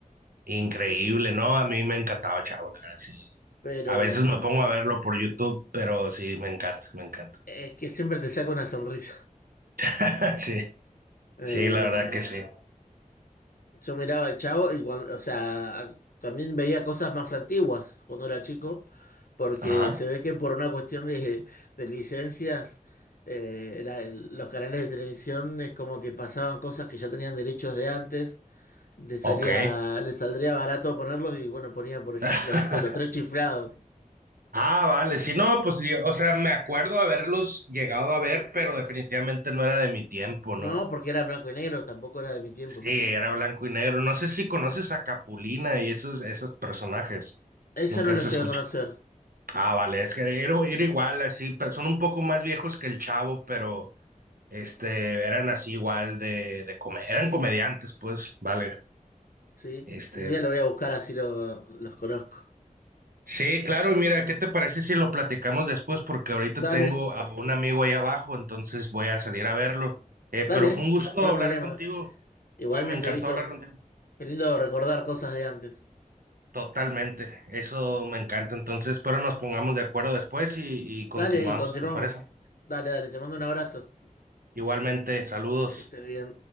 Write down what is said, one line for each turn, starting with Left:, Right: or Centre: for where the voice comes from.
Right: Increíble, ¿no? A mí me encantaba Chavo, la verdad, sí.
Left: Pero
Right: A veces me pongo a verlo por YouTube, pero sí, me encanta, me encanta.
Left: es que siempre te saca una sonrisa.
Right: <laughs> Sí,
Left: Eh,
Right: sí, la verdad que sí.
Left: yo miraba al Chavo y cuando, o sea, también veía cosas más antiguas cuando era chico, porque
Right: Ajá,
Left: se ve que por una cuestión de, de licencias, eh, la- los canales de televisión es como que pasaban cosas que ya tenían derechos de antes Le salía,
Right: ok.
Left: le saldría barato ponerlos y bueno, ponía, por ejemplo,
Right: <laughs>
Left: no sé, los tres chiflados.
Right: Ah, vale, sí, no, pues yo, o sea, me acuerdo haberlos llegado a ver, pero definitivamente no era de mi tiempo, ¿no?
Left: No, porque era blanco y negro, tampoco era de mi tiempo.
Right: Sí, era blanco y negro. No sé si conoces a Capulina y esos, esos personajes.
Left: Eso
Right: Nunca
Left: no lo
Right: se
Left: llegué
Right: escuchado.
Left: a conocer,
Right: Ah, vale, es que era, era igual, así, pe- son un poco más viejos que el Chavo, pero Este, eran así igual de, de come- eran comediantes, pues, valga.
Left: ¿sí?
Right: Este,
Left: Un día lo voy a buscar así lo- los conozco.
Right: sí, claro, y mira, ¿qué te parece si lo platicamos después? Porque ahorita
Left: Dale,
Right: tengo a un amigo ahí abajo, entonces voy a salir a verlo. Eh,
Left: dale,
Right: pero fue un gusto
Left: no hay
Right: hablar
Left: problema.
Right: contigo,
Left: Igualmente,
Right: pues me encantó
Left: Vito,
Right: hablar contigo.
Left: qué lindo recordar cosas de antes.
Right: Totalmente, eso me encanta. Entonces, espero nos pongamos de acuerdo después y,
Left: Dale,
Right: y continuamos,
Left: y continuamos.
Right: ¿te parece?
Left: Dale, dale, te mando un abrazo.
Right: Igualmente, saludos.
Left: Que estés bien.